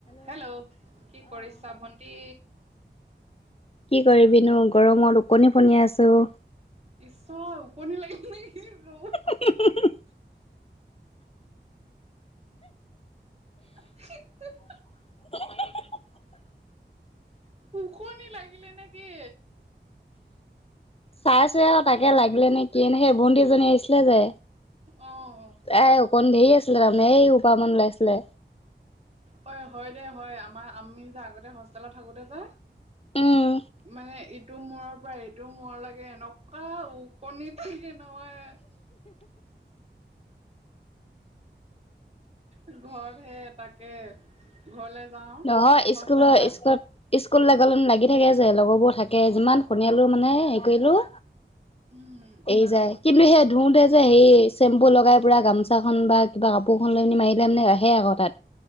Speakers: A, on the right; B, on the left.
A: Hello কি কৰিছা ভন্টি?
B: কি কৰিবিনো গৰমত ওকনি ফনিয়াই আছো।
A: ঈশ্বৰ ওকনি লাগিল নিকি ৰ'দ
B: <unintelligible>
A: <unintelligible>
B: <unintelligible>
A: ওকনি লাগিলে নে কি?
B: চাইছোহে আৰু তাকে লাগিলে নে কিয়ে নে সেই ভণ্টিজনী আহিছিলে যে
A: অ অ।
B: তাই ওকনি ধেই আছিলে তাৰমানে এইশোপামান ওলাইছিলে।
A: হয় হয় দে হয় আমাৰ আমি যে আগতে হোষ্টেলত থাকোতে যে
B: উম
A: মানে ইটো মূৰৰ পৰা এইটো মূৰ লেকে এনেকুৱা ও ওকনি থাকে নহয় <unintelligible> ঘৰতহে তাক কে ঘৰলে যাওঁ
B: নহয় ইস্কুলত
A: পৰা
B: ইস্কুল ইস্কুললে গ'লে লাগি থাকে যে লগৰবোৰ থাকে যিমান শুনিলো মানে হেৰি কৰিলো
A: উম,
B: এই যায় কিন্তু সেই ধোওঁতে যে হেৰি চেম্পু লগাই পূৰা গামোচাখন বা কিবা কাপোৰখন লৈ পিনি মাৰিলে মানে আহে আকৌ তাত।